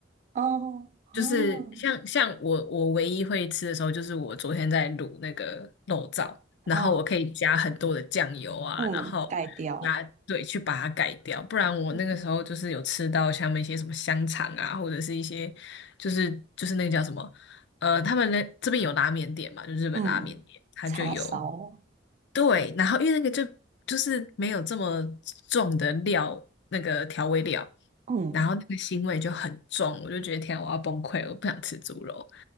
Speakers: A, on the right; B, on the left.
A: 哦哦
B: 就是像像我我唯一会吃的时候，就是我昨天在卤那个肉燥，然后我可以加很多的酱油啊，
A: 哦，嗯，
B: 然后加对去把它改掉，
A: 盖掉，
B: 不然我那个时候就是有吃到像那些什么香肠啊，
A: 嗯
B: 或者是一些就是就是那个叫什么呃，他们那这边有拉面店嘛，就日本拉面店，
A: 嗯，
B: 它就有
A: 叉烧，
B: 对，然后因为那个就就是没有这么重的料，那个调味料。
A: 嗯
B: 然后那个腥味就很重，我就觉得天啊，我要崩溃了，我不想吃猪肉。